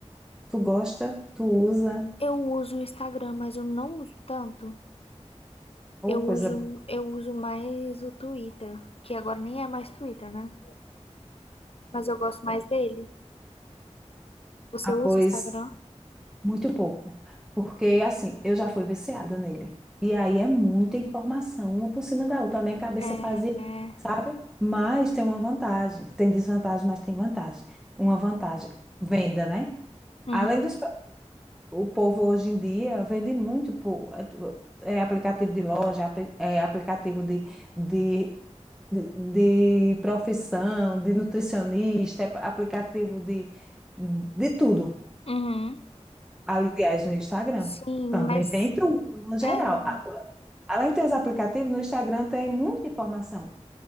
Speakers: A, in the centre; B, on the left.
A: Tu gosta? Tu usa?
B: Eu uso o Instagram, mas eu não uso tanto.
A: Ou
B: Eu
A: coisa
B: uso,
A: boa?
B: eu uso mais o Twitter, que agora nem é mais Twitter, né? Mas eu gosto mais dele. Você
A: Ah,
B: usa
A: pois
B: Instagram?
A: Muito pouco, porque assim, eu já fui viciada nele. E aí é muita informação, uma por cima da outra. A minha cabeça
B: É,
A: fazia,
B: é.
A: sabe? Mas tem uma vantagem. Tem desvantagem, mas tem vantagem. Uma vantagem, venda, né?
B: Uhum.
A: Além dos, o povo hoje em dia vende muito por é, aplicativo de loja, apli- é, aplicativo de, de, de, de profissão, de nutricionista, é aplicativo de, de tudo.
B: Uhum.
A: Aliás, no Instagram
B: Sim,
A: também
B: mas
A: tem tudo, no geral.
B: é.
A: A- Além de ter os aplicativos, no Instagram tem muita informação.